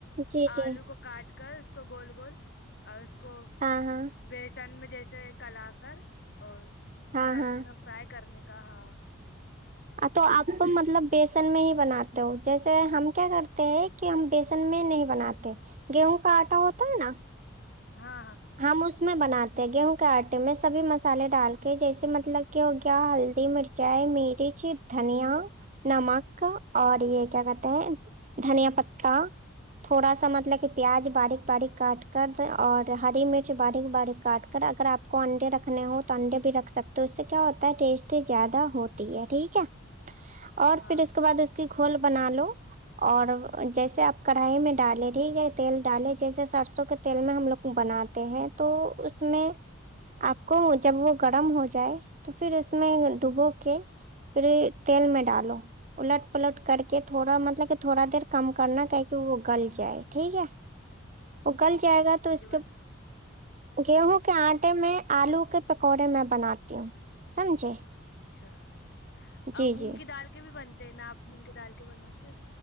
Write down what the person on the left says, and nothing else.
آلو کو کاٹ کر اس کو گول گول اور اس کو
بیسن میں جیسے کلا کرر اور
تلنے
میں فرائی کرنے کہا
ہاں ہاں
ہاں
ہاں
ن
اچھا اور
مونگی
دال کے بھی بنتی نااک مونگ کے ڈال کے بناتے ہو